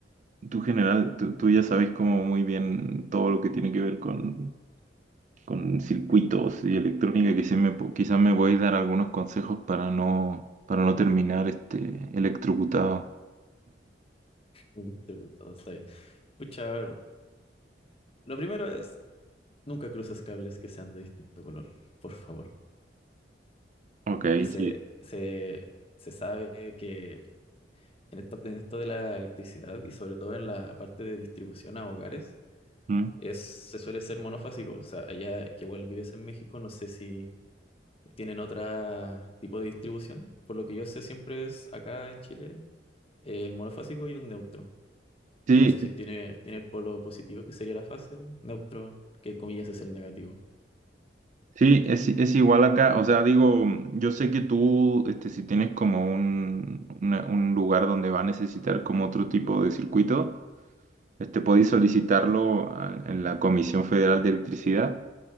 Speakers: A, on the right; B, on the left.
A: tú general, tú, tú ya sabes como muy bien todo lo que tiene que ver con, con circuitos y electrónica, que sí me, po- quizás me podéis dar algunos consejos para no, para no terminar este, electrocutado.
B: un distribuidor, está bien. Pucha, a ver, lo primero es, nunca cruces cables que sean de distinto color, por favor.
A: Ok,
B: Porque se,
A: sí.
B: se, se sabe que en esto, en esto de la electricidad y sobre todo en la parte de distribución a hogares,
A: Mm.
B: es, se suele ser monofásico. O sea, allá que igual vives en México, no sé si tienen otro tipo de distribución. Por lo que yo sé, siempre es acá en Chile eh, el monofásico y un neutro.
A: Sí,
B: Por así decir, tiene, tiene el polo positivo, que sería la fase, neutro, que comillas es el negativo.
A: Sí, es, i- es igual acá, o sea, digo, yo sé que tú, este, si tienes como un, una- un lugar donde va a necesitar como otro tipo de circuito, este, podéis solicitarlo a- en la Comisión Federal de Electricidad,